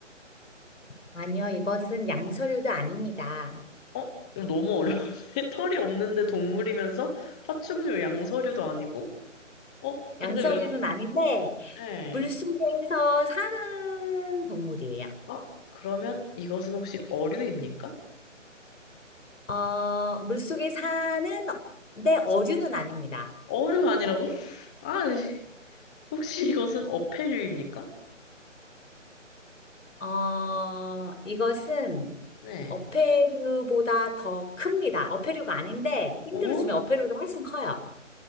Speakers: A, on the left; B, in the centre.
A: 아니요, 이것은 양서류도 아닙니다.
B: 어? 이거 너무 어려운데? <laughs> 털이 없는데 동물이면서 파충류, 양서류도 아니고? 어? 근데
A: 양서류는
B: 왜,
A: 아닌데
B: 네.
A: 물속에서 사는 동물이에요.
B: 어? 그러면 이것은 혹시 어류입니까?
A: 어, 물속에 사는 내 어류는 아닙니다.
B: 어류가 아니라고? 아, 혹시 이것은 어패류입니까?
A: 어, 이것은
B: 네.
A: 어패류보다 더 큽니다. 어패류가 아닌데 힌트를
B: 어?
A: 주면 어패류보다 훨씬 커요.